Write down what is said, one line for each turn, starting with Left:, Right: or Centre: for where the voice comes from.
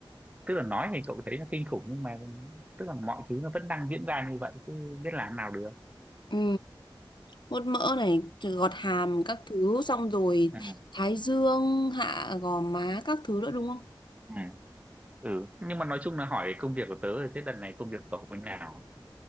Right: tức là nói thì cậu thấy nó kinh khủng nhưng mà tức là mọi thứ nó vẫn đang diễn ra như vậy chứ biết làm nào được
Left: Ừ, hút mỡ này, rồi gọt hàm các thứ xong rồi
Right: Ừ.
Left: thái dương, hạ gò má các thứ nữa đúng không?
Right: ừ ừ nhưng mà nói chung là hỏi công việc của tớ rồi, thế đợt này công việc cậu như nào